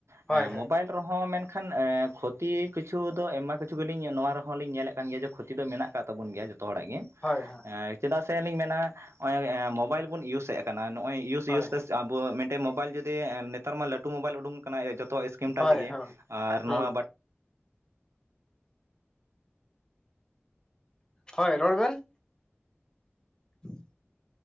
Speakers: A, on the left (about 15°); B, on the right (about 85°).
A: ᱦᱳᱭ
B: ᱮ ᱢᱳᱵᱟᱭᱤᱞ
A: ᱦᱳᱭ
B: ᱨᱮᱦᱚᱸ ᱢᱮᱱᱠᱷᱟᱱ ᱠᱷᱚᱛᱤ ᱠᱤᱪᱷᱩ ᱫᱚ ᱟᱭᱢᱟ ᱠᱤᱪᱷᱩ ᱜᱮᱞᱤᱧ ᱱᱚᱣᱟ ᱨᱮᱦᱚᱸ ᱞᱤᱧ ᱧᱮᱞᱮᱫ ᱠᱟᱱ ᱜᱮᱭᱟ ᱡᱮ ᱠᱷᱚᱛᱤ ᱫᱚ ᱢᱮᱱᱟᱜ ᱟᱠᱟᱫ ᱠᱚ ᱛᱟᱵᱚᱱ ᱜᱮᱭᱟ ᱡᱚᱛᱚ ᱦᱚᱲᱟᱜ ᱜᱮ᱾
A: ᱦᱳᱭ ᱦᱳᱭ
B: ᱪᱮᱫᱟᱜ ᱥᱮᱞᱤᱧ ᱢᱮᱱᱟ ᱦᱚᱜᱼᱚᱭ ᱢᱳᱵᱟᱭᱤᱞ ᱵᱚᱱ ᱤᱭᱩᱥᱮᱫ ᱠᱟᱱᱟ ᱱᱚᱜᱼᱚᱭ ᱤᱭᱩᱥ
A: ᱦᱳᱭ
B: ᱤᱭᱩᱥᱛᱮ
A: ᱦᱳᱭ ᱦᱳᱭ
B: ᱟᱵᱚ ᱢᱤᱫ ᱴᱮᱱ ᱢᱳᱵᱟᱭᱤᱞ ᱡᱩᱫᱤ ᱱᱮᱛᱟᱨ ᱢᱟ ᱞᱟᱹᱴᱩ ᱢᱳᱵᱟᱭᱤᱞ ᱩᱰᱩᱝ ᱟᱠᱟᱱᱟ ᱡᱚᱛᱚ ᱤᱥᱠᱤᱢ ᱴᱟᱡᱽ
A: ᱦᱳᱭ
B: ᱜᱮ
A: ᱦᱳᱭ
B: ᱟᱨ
A: ᱦᱳᱭ
B: ᱱᱚᱣᱟ
A: ᱦᱳᱭ ᱨᱚᱲ ᱵᱮᱱ <inaudible>